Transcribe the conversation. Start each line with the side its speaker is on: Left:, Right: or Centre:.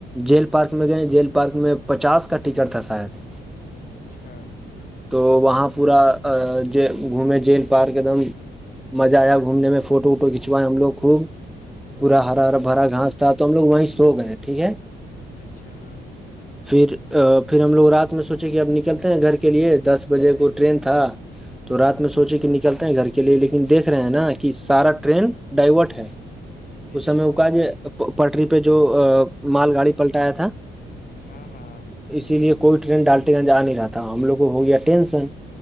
Centre: جیل پارک میں گئے جیل پارک میں پچاس کا ٹکٹ تھا شاید
Left: اچھا
Centre: تو وہاں پورا ج گھومے جیل پارک ایک دم مزہ آیا گھومنے میں فوٹو ووٹو کھنچوائے ہم لوگ خوب پورا
Left: ہاں
Centre: ہرا ہرا ہھرا گھاس تھا تو ہم لوگ وہیں سو گئے ٹھیک ہے
Left: اچھا ہاں
Centre: پھر پھر ہم لوگ رات میں سوچے کہ اب نکلتے ہیں گھر کے لیے دس بجے کو ٹرین تھا تو رات
Left: ہوں
Centre: میں سوچے کہ نکلتا ہیں گھر کے لیے لیکن دیکھ رہے ہیں نا کہ سارا ٹرین ڈائورٹ ہے اس
Left: اچھا
Centre: سمے وہ کا جو پٹری پہ جو مال گاڑی پلٹایا تھا
Left: ہاں ہاں
Centre: اسی لیے کوئی ٹرین ڈالٹے گنجا نہیں رہاتا ہم لوگ کو ہو گیا ٹینشن